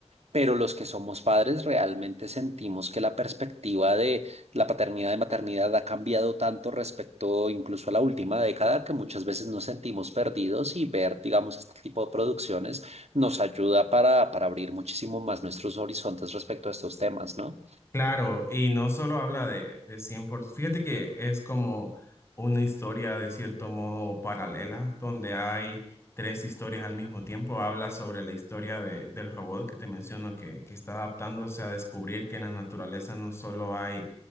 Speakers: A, on the right; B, on the left.
A: pero los que somos padres realmente sentimos que la perspectiva de la paternidad y maternidad ha cambiado tanto respecto incluso a la última década que muchas veces nos sentimos perdidos y ver, digamos, este tipo de producciones nos ayuda para, para abrir muchísimo más nuestros horizontes respecto a estos temas, ¿no?
B: claro, y no solo habla de, de 100%, fíjate que es como una historia de cierto modo paralela, donde hay tres historias al mismo tiempo. Habla sobre la historia de- del robot que te menciono que, que está adaptándose a descubrir que en la naturaleza no solo hay